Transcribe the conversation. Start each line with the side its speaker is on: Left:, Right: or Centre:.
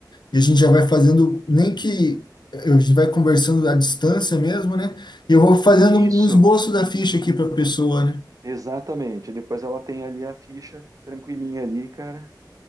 Left: E a gente já vai fazendo, nem que eh, a gente vai conversando à distância mesmo, né? E eu vou fazendo um
Right: Isso,
Left: esboço da ficha aqui para a pessoa, né?
Right: exatamente. Depois ela tem ali a ficha tranquilinha ali, cara.